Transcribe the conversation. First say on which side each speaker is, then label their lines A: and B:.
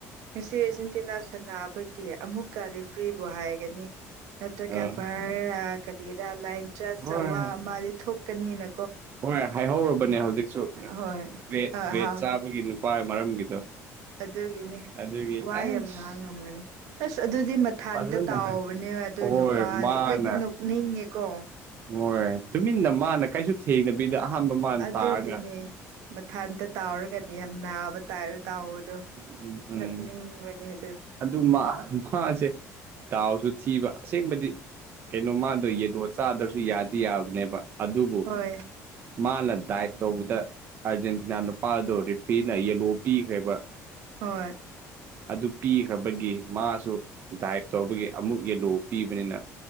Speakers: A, on the right; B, on the right.
A: ꯉꯁꯤ ꯑꯔꯖꯦꯟꯇꯤꯅꯥ ꯁꯅꯥꯅꯕꯒꯤ ꯑꯃꯨꯛꯀ ꯔꯤꯐ꯭ꯔꯤꯕꯨ ꯍꯥꯏꯒꯅꯤ ꯅꯠꯇ꯭ꯔꯒ
B: ꯑꯥ
A: ꯚꯔ ꯀꯔꯤꯔꯥ ꯂꯥꯏꯟ ꯆ꯭ꯔꯁꯋꯥ
B: ꯍꯣꯏ
A: ꯑꯃꯗꯤ ꯊꯣꯛꯀꯅꯤꯅ
B: ꯍꯣꯏ ꯍꯥꯏꯍꯧꯔꯕꯅꯦ ꯍꯧꯖꯤꯛꯁꯨ
A: ꯍꯣꯏ
B: ꯔꯦ
A: ꯑꯥ
B: ꯔꯦꯠ
A: ꯍꯥꯎ
B: ꯆꯥꯕꯒꯤ ꯅꯨꯄꯥ ꯃꯔꯝꯒꯤꯗꯣ
A: ꯑꯗꯨꯒꯤꯅꯤ
B: ꯑꯗꯨꯒꯤ
A: ꯋꯥ
B: ꯑꯩꯁ
A: ꯌꯥꯝ ꯉꯥꯡꯉꯝꯒꯅꯤ ꯑꯁ ꯑꯗꯨꯗꯤ ꯃꯊꯥꯟꯇ
B: ꯐꯖꯅ
A: ꯇꯥꯎꯕꯅꯦꯕ
B: ꯍꯥꯏ
A: ꯑꯗꯨ
B: ꯍꯣꯏ
A: ꯅꯨꯄꯥꯗꯤ
B: ꯃꯥꯅ
A: ꯑꯩꯈꯣꯏ ꯅꯣꯛꯅꯤꯡꯉꯦꯀꯣ
B: ꯍꯣꯏ ꯇꯨꯃꯤꯟꯅ ꯃꯥꯅ ꯀꯩꯁꯨ ꯊꯦꯡꯅꯕꯤꯗ ꯑꯍꯥꯟꯕ ꯃꯥꯅ
A: ꯑꯗꯨꯒꯤꯅꯦ
B: ꯇꯥꯔꯒ
A: ꯃꯊꯟꯇ ꯇꯥꯎꯔꯒꯅꯤ ꯌꯥꯝ ꯅꯥꯕ ꯇꯥꯏꯔ ꯇꯥꯎꯕꯗꯣ
B: ꯎꯝ ꯎꯝ
A: ꯅꯛꯅꯤ ꯃ‌ꯣꯛꯅꯤꯡꯕꯅꯤ ꯑꯗꯨ
B: ꯑꯗꯨ ꯃꯥꯁꯦ ꯗꯥꯎꯁꯨ ꯊꯤꯕ ꯑꯁꯦꯡꯕꯗꯤ ꯀꯩꯅꯣ ꯃꯥꯗꯣ ꯌꯦꯅꯣ ꯆꯥꯗ꯭ꯔꯁꯨ ꯌꯥꯗꯤ ꯌꯥꯕꯅꯦꯕ ꯑꯗꯨꯕꯨ
A: ꯍꯣꯏ
B: ꯃꯥꯅ ꯗꯥꯏꯠ ꯇꯧꯕꯗ ꯑꯥꯔꯖꯦꯟꯇꯤꯅꯥ ꯅꯨꯄꯥꯗꯣ ꯔꯤꯐꯤꯅ ꯌꯦꯂꯣ ꯄꯤꯈ꯭ꯔꯦꯕ
A: ꯍꯣꯏ
B: ꯑꯗꯨ ꯄꯤꯈ꯭ꯔꯕꯒꯤ ꯃꯥꯁꯨ ꯗꯥꯏꯞ ꯇꯧꯕꯒꯤ ꯑꯃꯨꯛ ꯌꯦꯂꯨ ꯄꯤꯕꯅꯤꯅ